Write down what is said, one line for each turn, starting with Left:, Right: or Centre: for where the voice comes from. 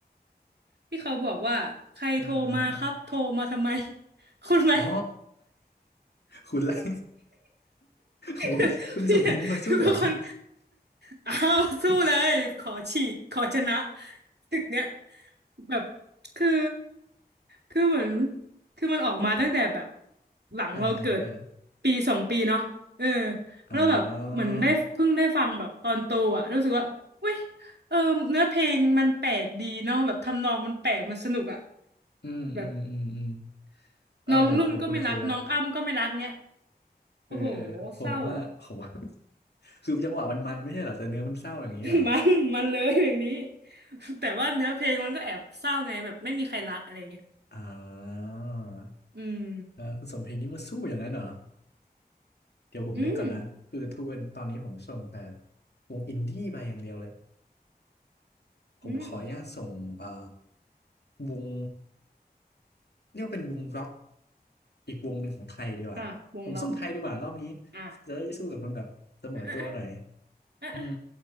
Right: ที่เขาบอกว่าใครโทรมาครับโทรมาทำไม
Left: อ่าอ่าอ่า
Right: <laughs> คุณไหม
Left: อ๋อคุณไร <laughs> โห
Right: <laughs>
Left: คุณส่งเพลงนี้มาสู้เหรอ
Right: พี่เป็นคนเอ้าวสู้เลยขอฉีกขอชนะ
Left: <laughs>
Right: ศึกเนี้ยแบบคือคือเหมือนคือมันออกมาตั้งแต่แบบหลังเราเกิด
Left: อ่าอ่าอ่า
Right: ปีสองปีเนาะเออ
Left: อ๋อ
Right: แล้วแบบเหมือนได้เพิ่งได้ฟังแบบตอนโตอ่ะรู้สึกว่าเว้ยเออเนื้อเพลงมันแปลกดีเนาะแบบทำนองมันแปลกมันสนุกอ่ะ
Left: อืมอืมอืมอืม
Right: แบบ
Left: เออผมผมคุ้นคุนละ
Right: น้องนุ่นก็ไม่รักน้องอ้ำก็ไม่รักเนี้ย
Left: เออเออผมว่าผมว่า
Right: โอ้โหเศร้าอ่ะ
Left: <laughs> คือจังหวะมันมันไม่ใช่เหรอแต่เนื้อมันเศร้าอย่างนี้เหรอ
Right: <laughs> มันมันเลยอย่างนี้ <laughs> แต่ว่าเนื้อเพลงมันก็แอบเศร้าไงแบบไม่มีใครรักอะไรเงี้ย
Left: อ่า
Right: อืม
Left: เออคุณสมเพลงนี้มาสู้อย่างนั้นเหรอเดี๋ยวผมนึกก่อนนะคือทุกวันตอนนี้ผมส่งแต่
Right: อืม
Left: วงอินดี้ไปอย่างเดียวเลยผมขออนุญาตส่งเอ่อ
Right: อืม
Left: วง เรียกว่าเป็นวงร็อกอีกวงหนึ่งของไทยดีกว่าผมสู้ไทยดีกว่ารอบนี้
Right: อ่ะวงล็อกอ่ะ
Left: จะได้สู้กับคนแบบเสมอตัวหน่อย
Right: อ่ะอ่ะอ่ะ
Left: อืม